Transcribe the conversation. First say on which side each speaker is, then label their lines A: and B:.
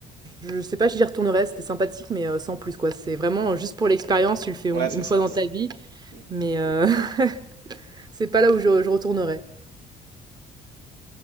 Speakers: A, on the right (about 25°); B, on the right (about 85°).
A: je, je sais pas si j'y retournerai, c'était sympathique, mais euh, sans plus quoi. C'est vraiment euh, juste pour l'expérience, tu le fais
B: Ouais,
A: on-
B: c'est
A: une
B: ça.
A: fois dans
B: c'est-
A: ta vie,
B: Mm.
A: mais euh, <laughs> c'est pas là où je, je retournerai.